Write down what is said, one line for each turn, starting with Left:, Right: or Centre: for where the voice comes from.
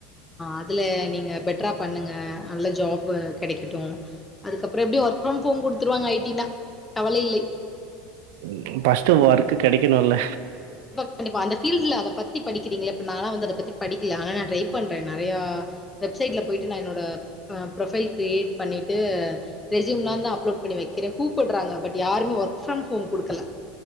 Left: அதுல நீங்க பெட்டரா பண்ணுங்க அதுல ஜாப்பு கெடைக்கட்டு அதுக்கப்புறோ எப்டியோ ஒர்க் ஃப்ரம் ஹோம் கொடுத்துருவாங்க ஐ டினா கவலை இல்லை
Right: ம் ஃபர்ஸ்ட்டு ஒர்க்கு கெடைக்கணுல்ல
Left: கண்டிப்பா‌ அந்த ஃபீல்டுல அத பத்தி படிக்கிறீங்கள இப்ப நாளா வந்து அத பத்தி படிக்கல ஆனா நா ட்ரை பண்ற நெறையா வெப்சைட்ல போயிட்டு நா என்னோட அ ப்ரொஃபைல் க்ரியேட் பண்ணிட்டு ரெசியூம்லா தா அப்லோட் பண்ணி வெக்கிறே கூப்புறாங்க பட் யாருமே ஒர்க் ஃப்ரம் ஹோம் குடுக்கல